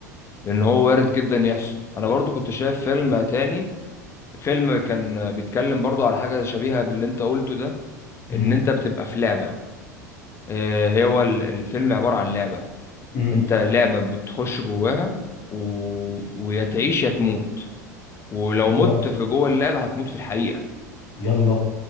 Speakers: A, on the left; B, on the left.
A: لأن هو وارد جدا يحصل أنا برضو كنت شايف فيلم تاني فيلم كان بيتكلم برضو على حاجة شبيهة باللي أنت قلته ده إن
B: امم
A: أنت بتبقى في لعبة آه، هو ال- الفيلم عبارة عن لعبة
B: امم
A: أنت لعبة بتخش جواها و... ويا تعيش يا تموت ولو
B: ولا
A: مت في جوه اللعبة هتموت في الحقيقة
B: يلا